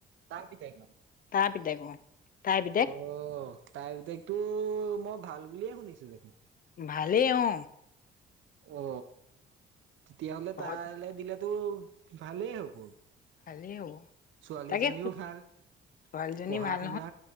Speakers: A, on the right; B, on the left.
A: তাৰি থ মানে
B: তাৰ পিদেক অ তাই পিদক
A: অ তাই বতেগতো মই ভাল বুলিয়ে শুনিছো দেখোন
B: ভালেই অ
A: অ তেতিয়াাহ'লে
B: ঘৰত
A: তালৈ দিলেতো ভালেই হ'ব
B: ভালেই হ'ব
A: ছোৱালীজনীও
B: তাকে
A: ভাল
B: ছোৱালীজনী
A: পঢ়া
B: ভাল
A: শুনা